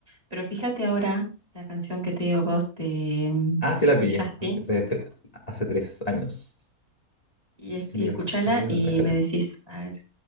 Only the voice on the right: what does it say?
Pero fíjate ahora la canción que te digo, Ghost, de, mm,
de
Justin,
y,
es- y
escuchala
y
me decís,
a ver,